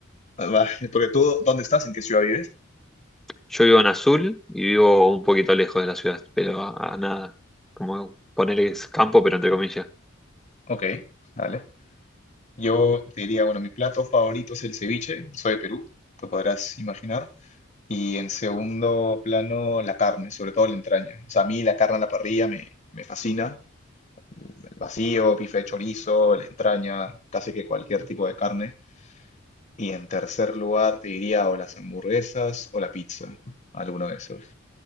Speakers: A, on the left; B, in the centre.
A: Ah, Va, Porque tú, ¿dónde estás? ¿En qué ciudad vives?
B: Yo vivo en Azul y vivo un poquito lejos de la ciudad, pero a, a nada, como ponerles campo, pero entre comillas.
A: Ok, dale. Yo te diría, bueno, mi plato favorito es el ceviche, soy de Perú, te podrás imaginar. Y en segundo plano, la carne, sobre todo la entraña. O sea, a mí la carne en la parrilla me, me fascina. El vacío, bife de chorizo, la entraña, casi que cualquier tipo de carne. Y en tercer lugar te diría o las hamburguesas o la pizza, alguno de esos.